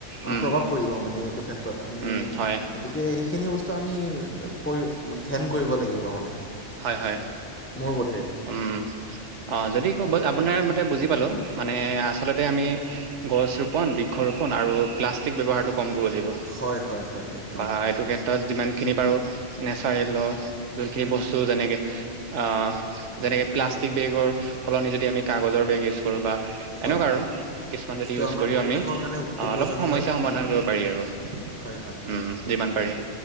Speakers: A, on the right; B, on the left.
A: উম,
B: প্ৰভাৱ পৰিব মানে এইটো ক্ষেত্ৰত আপুনি
A: উম, হয়,
B: গতিকে সেইখিনি বস্তু আমি পৰি ধ্যেন কৰিব লাগিব মানে।
A: হয় হয়
B: মোৰ বোধেৰে
A: উম অ যদি ক আপোনাৰ মতে বুজি পালো মানে আচলতে আমি গছ ৰোপন বৃক্ষ ৰোপন আৰু প্লাষ্টিক ব্যৱহাৰটো কম কৰিব
B: হয় হয় হয় একদম
A: বা' এইটো ক্ষেত্ৰত- যিমান খিনি বাৰু নেচাৰেলৰ- দুইখিনি-
B: উম,
A: যেনেকে আঁহ যেনেকে প্লাষ্টিক
B: যিটো
A: বেগৰ সলনি যদি কাগজৰ বেগ ইউজ কৰোঁ, বা
B: হয়
A: এনেকুৱা আৰু। কিছুমান যদি
B: যিটো
A: ইউজ
B: আমাৰ
A: কৰিও,
B: পৰিৱেশৰ
A: আমি
B: কাৰণে উপ উপযোগী
A: অলপ সমস্যা
B: হয়
A: সমাধান কৰিব পাৰি আৰু।
B: হয় হয়
A: উম যিমান পাৰি।